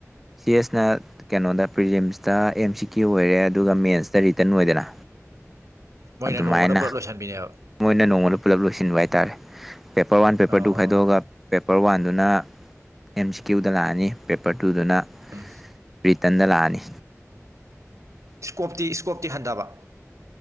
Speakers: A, in the centre; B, on the right.
A: ꯁꯤ ꯑꯦꯁꯅ ꯀꯩꯅꯣꯗ ꯄ꯭ꯔꯤꯂꯤꯝꯁꯇ ꯑꯦꯝ ꯁꯤ ꯀ ꯑꯣꯏꯔꯦ ꯑꯗꯨꯒ ꯃꯦꯟꯁꯇ ꯔꯤꯇꯟ ꯑꯣꯏꯗꯅ
B: ꯃꯣꯏꯅ
A: ꯑꯗꯨꯃꯥꯏꯅ
B: ꯅꯣꯡꯃꯗ ꯄꯨꯂꯞ ꯂꯣꯏꯁꯤꯟꯕꯤꯅꯦꯕ
A: ꯃꯣꯏꯅ ꯅꯣꯡꯃꯗ ꯄꯨꯜꯂꯞ ꯂꯣꯏꯁꯤꯟꯕ ꯍꯥꯏꯇꯥꯔꯦ ꯄꯦꯄꯔ ꯋꯥꯟ ꯄꯦꯄꯔ
B: ꯑꯣ
A: ꯇꯨ ꯈꯥꯏꯗꯣꯛꯑꯒ ꯄꯦꯄꯔ ꯋꯥꯟꯗꯨꯅ ꯑꯦꯝ ꯁꯤ ꯀ꯭ꯌꯨꯗ ꯂꯥꯛꯑꯅꯤ ꯄꯦꯄꯔ ꯇꯨꯗꯨꯅ
B: ꯎꯝ
A: ꯔꯤ ꯆꯗꯂꯥꯅꯤ
B: ꯏꯁꯀꯣꯞꯇꯤ ꯏꯁꯀꯣꯞꯇꯤ ꯍꯟꯊꯕ